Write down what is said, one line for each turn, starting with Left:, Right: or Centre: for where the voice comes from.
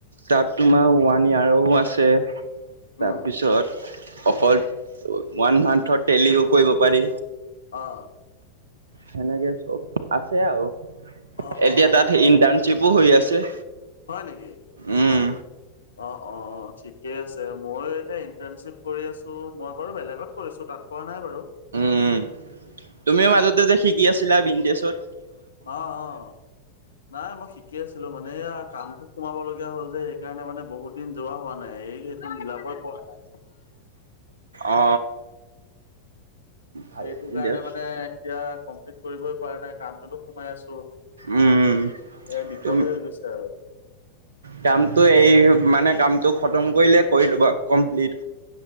Right: তাত তোমাৰ ওৱান ইয়াৰো আছে
Left: উম
Right: তাৰপিছত অকল ওৱান মান্থৰ তেলিও কৰিব পাৰি
Left: অ',
Right: সেনেকে চব আছে আৰু
Left: অ অ
Right: এতিয়া তাত ইণ্টাৰণশ্বিপো হৈ আছে
Left: হয়, নেকি।
Right: উম
Left: অ, অ, অ, ঠিকেই আছে মই এতিয়া ইন্টাৰ্নশ্বিপ কৰি আছো মই বাৰু বেলেগত কৰিছো নাই, বাৰু।
Right: উম, তুমিও মাজতে যে শিকি আছিলা বিনটছত।
Left: অ, অ, নাই মই শিকি আছিলো মানে এয়া কামটো সোমাব লগীয়া হ'ল যে। সেইকাৰণে মানে বহুত দিন যোৱা হোৱা নাই এই সটো মিলাবই পৰা নাই
Right: অ ভাল
Left: সেইটো কাৰণে
Right: দিয়ক
Left: মানে এতিয়া কমপ্লিট কৰিবই পৰা নাই। কামটোতো সোমাই আছ,
Right: উম
Left: এ বিপদে
Right: তুম
Left: হৈ গৈছে আৰু।
Right: কামটো এই মানে কামটো খতম কৰিলে কৰি ল'বা কমপ্লিট